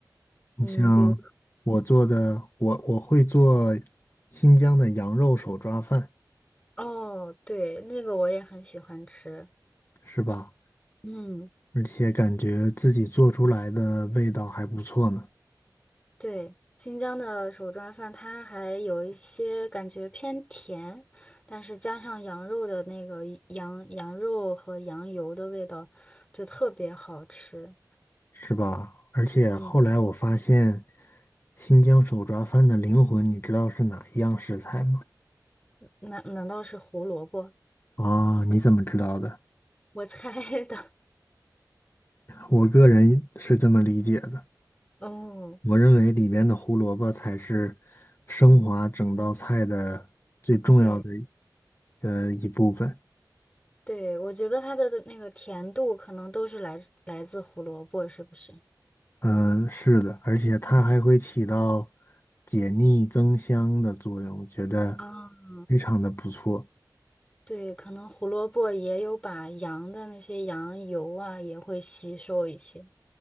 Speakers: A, on the left; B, on the left.
A: 你像我做的，
B: 嗯，比如
A: 我我会做新疆的羊肉手抓饭，
B: 哦，对，那个我也很喜欢吃。
A: 是吧？
B: 嗯。
A: 而且感觉自己做出来的味道还不错呢，
B: 对，新疆的手抓饭，它还有一些感觉偏甜，但是加上羊肉的那个羊羊肉和羊油的味道，就特别好吃。
A: 是吧？而且后来我发现，
B: 嗯，
A: 新疆手抓饭的灵魂，你知道是哪一样食材吗？
B: 难难道是胡萝卜？
A: 啊，你怎么知道的？
B: <laughs> 我猜的。
A: 我个人是这么理解的，
B: <laughs> 哦，
A: 我认为里边的胡萝卜才是升华整道菜的最重要的
B: 嗯，对
A: 呃一部分。
B: 对，我觉得它的那个甜度可能都是来自来自胡萝卜，是不是？
A: 嗯，是的，而且它还会起到解腻增香的作用，觉得
B: 啊，
A: 非常的不错。
B: 对，可能胡萝卜也有把羊的那些羊油啊，也会吸收一些。